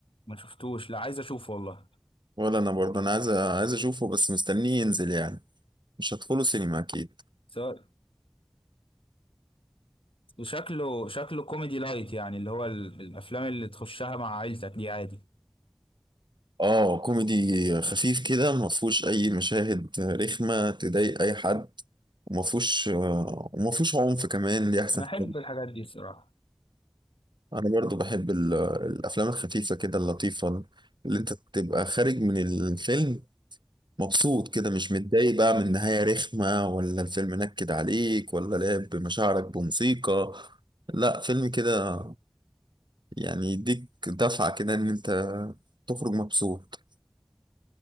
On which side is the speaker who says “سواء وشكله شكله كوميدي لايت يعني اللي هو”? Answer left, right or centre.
Left